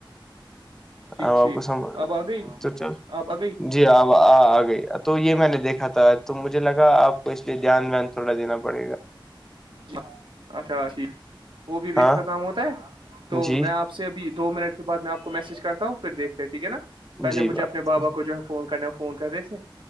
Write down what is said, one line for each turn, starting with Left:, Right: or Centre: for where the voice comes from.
Centre: ا
Right: ٹھیک
Centre: آپ کو سم
Right: اب آ گئی
Centre: تو چل
Right: اب آ گئی
Centre: جی اب آ گئی تو یہ میں نے دیکھا تھا تو مجھے لگا آپ کو اس لیے دھیان وان تھوڑا دینا پڑے گا
Right: جی اچھا جٹھیک وہ بھی
Centre: ہاں
Right: اختتام ہوتا ہے تو
Centre: جی
Right: میں آپ سے ابھی دو منٹ کے بعد میں آپ کو میسج کرتا ہوں پھر دیکھتے ٹھیک ہے نا پہل
Centre: جی
Right: مجھے
Centre: بات
Right: اپنے بابا کو کو جو ہے فون کرنے فون کرتے تھے